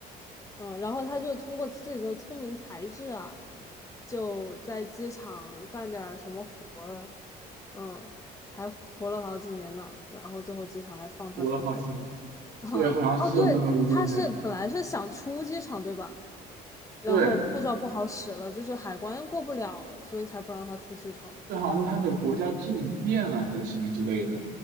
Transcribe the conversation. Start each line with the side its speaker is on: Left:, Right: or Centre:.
Left: 嗯，然后他就通过自己的聪明才智啊，就在机场干点儿什么活儿，嗯，还活了好几年呢。然后最后机场还放他出去了。
Right: 活了好几年。
Left: <laughs> 啊，
Right: 对，好像是有那么个故事。
Left: 哦，对，他是本来是想出机场，对吧？然后护照不好使了，
Right: 对，
Left: 就是海关过不了，所以才不让他出机场的嘛。
Right: 这好像是他的国家政变了还是什么之类的，